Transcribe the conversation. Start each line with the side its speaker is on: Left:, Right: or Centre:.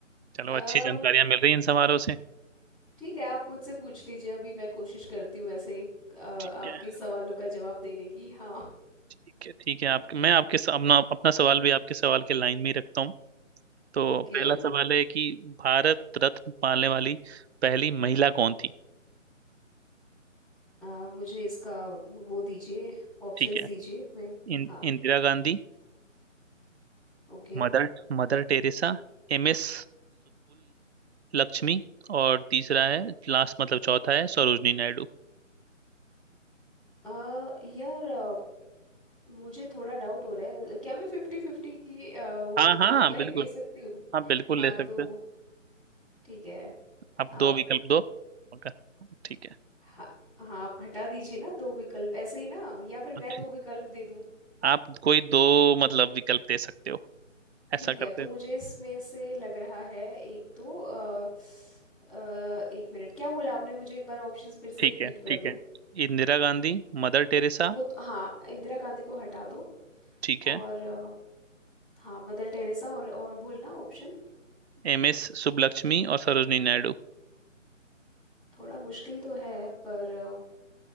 Right: चलो
Centre: अम
Right: अच्छी जानकारियां मिल रही हैं इन सवालों से
Centre: ठीक है आप मुझसे पूछ लीजिए अभी मैं कोशिश करती हूँ ऐसे अ, आपके
Right: ठीक है
Centre: सवालों का जवाब देने की हाँ
Right: ठीक है ठीक है आपके मैं आपके स- अपना अपना सवाल भी आपके सवाल के लाइन में ही रखता हूँ तो
Centre: ओके
Right: पहला सवाल है कि भारत रत्न पाने वाली पहली महिला कौन थी
Centre: अ, मुझे इसका वो दीजिए ऑप्शंस
Right: ठीक है
Centre: दीजिए मैं
Right: इं,
Centre: हाँ
Right: Indira Gandhi
Centre: ओके
Right: Mother mother Teresa एम एस Lakshmi और तीसरा है लास्ट मतलब चौथा है सरोजनी नायडू
Centre: अ, यार अ, मुझे थोड़ा डाउट हो रहा है क्या मैं फिफ्टी फिफ्टी की अ, वो
Right: हाँ हाँ
Centre: हेल्पलाइन
Right: बिल्कुल
Centre: ले सकती हूँ
Right: हाँ बिल्कुल
Centre: हाँ
Right: ले सकते
Centre: तो
Right: हैं
Centre: ठीक है
Right: आप
Centre: आप
Right: दो विकल्प दो ओके ठीक है
Centre: हाँ हाँ हटा दीजिए ना दो विकल्प ऐसे ही ना या फिर
Right: अच्छा
Centre: मैं दो विकल्प दे दूं
Right: आप कोई दो मतलब विकल्प दे सकते हो ऐसा
Centre: ठीक
Right: करते
Centre: है तो
Right: हैं
Centre: मुझे इसमें से लग रहा है एक तो अ, अ, एक मिनट क्या बोला आपने मुझे एक बार ऑप्शंस फिर से
Right: ठीक
Centre: रिपीट
Right: है
Centre: कर
Right: ठीक है
Centre: दो
Right: Indira Gandhi mother Teresa
Centre: वो तो हाँ इंदिरा गांधी को हटा दो
Right: ठीक है
Centre: और अ, हाँ मदर टेरेसा और और बोलना ऑप्शन
Right: एम एस सुब्बलक्ष्मी और सरोजनी नायडू
Centre: थोड़ा मुश्किल तो है पर अ,